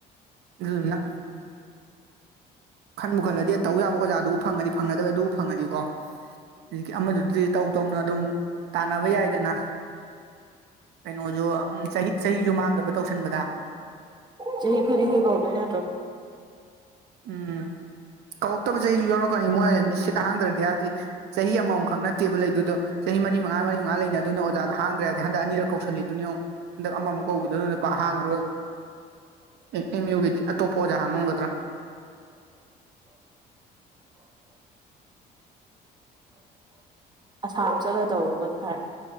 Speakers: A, on the right; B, on the right.
A: ꯑꯗꯨꯗꯨꯅ ꯈꯟꯕꯨ ꯈꯜꯂꯗꯤ ꯇꯧ ꯌꯥꯕ ꯑꯣꯖꯥꯗꯨꯕꯨ ꯐꯪꯉꯗꯤ ꯐꯪꯅꯗꯕ ꯑꯗꯨꯕꯨ ꯐꯪꯉꯅꯤꯀꯣ ꯍꯧꯖꯤꯛꯀꯤ ꯑꯃꯗꯨꯗꯤ ꯇꯧ ꯇꯧꯅ ꯑꯗꯨꯝ ꯇꯥꯅꯕ ꯌꯥꯏꯗꯅ ꯀꯩꯅꯣꯁꯨ ꯆꯍꯤ ꯆꯍꯤꯁꯨ ꯃꯥꯡꯗꯕ ꯇꯧꯁꯟꯕꯗ
B: ꯆꯍꯤ ꯈꯨ ꯀ ꯀꯧꯗꯅꯦ
A: ꯎꯝ ꯀꯧꯔꯛꯇꯕ ꯆꯍꯤꯁꯨ ꯌꯥꯎꯔꯛꯀꯅꯤ ꯃꯣꯏ ꯁꯤꯠ ꯍꯥꯡꯗ꯭ꯔꯗꯤ ꯍꯥꯏꯕꯗꯤ ꯆꯍꯤ ꯑꯃꯃꯝꯈꯛ ꯅꯠꯇꯦꯕ ꯂꯩꯗꯨꯗꯣ ꯆꯍꯤ ꯃꯔꯤ ꯃꯉꯥ ꯃꯔꯤ ꯃꯉꯥ ꯂꯩꯅ ꯑꯗꯨꯣꯏꯅ ꯑꯣꯖꯥꯗ ꯍꯥꯡꯗ꯭ꯔꯔꯗꯤ ꯍꯟꯗꯛ ꯑꯅꯤꯛ ꯀꯧꯁꯤꯜꯂꯤꯗꯨꯅꯦꯣ ꯍꯟꯗꯛ ꯑꯃꯃꯨꯛ ꯀꯧꯤꯗ ꯑꯗꯨꯅ ꯅꯨꯄꯥ ꯍꯥꯡꯉꯔꯣꯏꯕ ꯑꯦꯝ ꯌꯨꯒꯤꯗꯤ ꯑꯇꯣꯞꯄ ꯑꯣꯖꯥ ꯍꯥꯡꯉꯝꯒꯗ꯭ꯔꯥ
B: ꯑꯁꯥꯝ ꯆꯠꯂ ꯇꯧꯔꯨꯕꯅ ꯐꯔꯦ